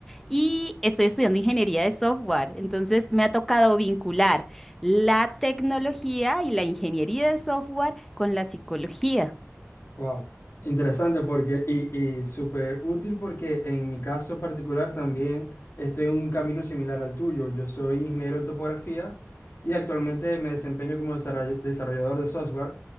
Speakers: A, in the centre; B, on the left (about 50°).
A: y estoy estudiando ingeniería de software. Entonces me ha tocado vincular la tecnología y la ingeniería de software con la psicología.
B: Wow, interesante porque y, y súper útil porque en mi caso particular también estoy en un camino similar al tuyo. Yo soy ingeniero en topografía y actualmente me desempeño como desarroll- desarrollador de software.